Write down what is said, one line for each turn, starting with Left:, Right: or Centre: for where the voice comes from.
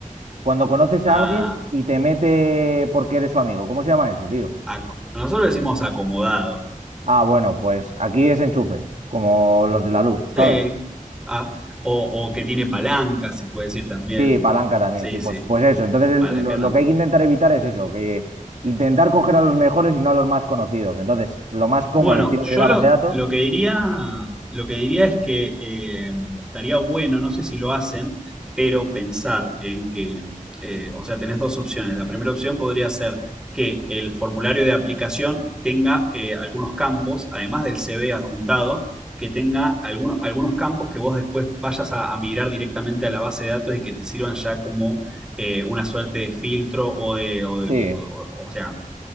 Right: cuando conoces a
Centre: a-
Right: alguien y te mete porque eres su amigo, ¿cómo se llama eso, tío?
Centre: a- nosotros le decimos acomodado.
Right: Ah, bueno, pues aquí es enchufe, como los de la luz,
Centre: Sí.
Right: ¿sabes?
Centre: Ah, o, o que tiene palanca, se puede decir también.
Right: Sí, palanca también,
Centre: Sí,
Right: sí, pues,
Centre: sí.
Right: pues eso. Entonces el-
Centre: Palanca
Right: lo, lo
Centre: también.
Right: que hay que intentar evitar es eso, que intentar coger a los mejores y no a los más conocidos. Entonces, lo más cómodo
Centre: Bueno,
Right: es tirar
Centre: yo
Right: de la
Centre: lo,
Right: base de datos.
Centre: lo que diría, lo que diría es que eh, estaría bueno, no sé si lo hacen, pero pensar en que, eh, o sea, tenés dos opciones. La primera opción podría ser que el formulario de aplicación tenga eh, algunos campos, además del CV adjuntado, que tenga alguno- algunos campos que vos después vayas a, a migrar directamente a la base de datos y que te sirvan ya como eh, una suerte de filtro o de, o de-
Right: Sí,
Centre: o- o sea,